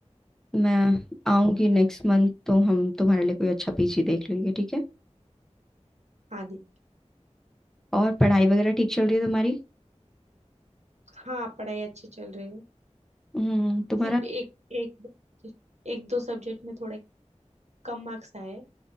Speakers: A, in the centre; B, on the right.
A: मैं आऊंगी नेक्स्ट मंथ तो हम तुम्हारे लिए कोई अच्छा पीजी देख लेंगे ठीक है
B: हाँ दीदी
A: और पढ़ाई वगैरह ठीक चल रही है तुम्हारी
B: हाँ पढ़ाई अच्छी चल रही है
A: हम्म तुम्हारा
B: सिर्फ एक एक दो एक दो सब्जेक्ट में थोड़ा कम मार्क्स आए